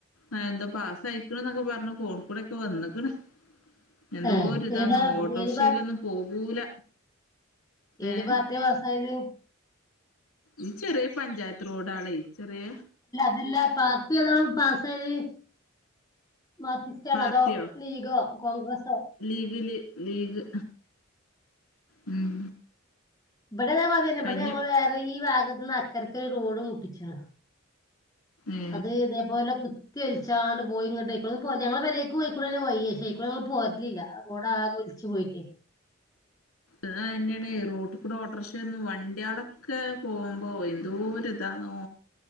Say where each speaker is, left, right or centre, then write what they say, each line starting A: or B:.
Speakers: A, on the left (about 85°); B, on the left (about 15°).
A: ആ എന്താപാസ്സായിരിക്ക്ണ് ന്നൊക്കെ പർഞ്ഞ് ഫോണ് കൂടെക്കെ വന്ന് ക്ക്ണ് എന്തോരിതാന്നോ
B: ഏഹ് ഏതാ
A: ഓട്ടോർ
B: ഏത്
A: ഷേലൊന്നും പോകൂല
B: ഏത്പാർട്ട്യാ
A: ഏഹ്
B: പാസ്സായത്
A: ഈ ചെറിയപഞ്ചായത്ത് റോഡാളെ ചെറ്യേ
B: അല്ല പാർട്ടി ഏതാണ് പാസ്സായത് മാർകിസ്റ്റാണതോ
A: പാർട്ടിയോ
B: ലീഗോ കോൺഗ്രസോ
A: ലീഗില് ലീഗ് ഉം
B: ബടെ അതേമാതിര്യെന്നെ
A: കഴിഞ്ഞു
B: ബടെ ഞങ്ങള് വേറെ ഈ വാഗ ത്ത്ന്ന് അക്കരക്ക് റോഡ് മുട്ടിച്ച് അ
A: ഏ
B: അത് ഇതേപോലെ കുത്ത് ത്ത്യൊൽച്ചാണ്ട് പോയി ങ്ങട്ട് പ്പളും പൊ ഞങ്ങളെ പെരെക്കും അയ്ക്കൂടെന്നെ വയ്യ് ക്ഷെ അയ്ക്കൂടെ ങ്ങള് പോര്ലില്ല റോഡാകെ ഒൽച്ച് പോയിട്ടേ
A: ഇതന്നെണേ റോട്ട്കൂടെ ഓട്ടോർഷെന്നും വണ്ടേ ളൊക്കെ പോകുമ്പോ എന്തോരി തന്നോ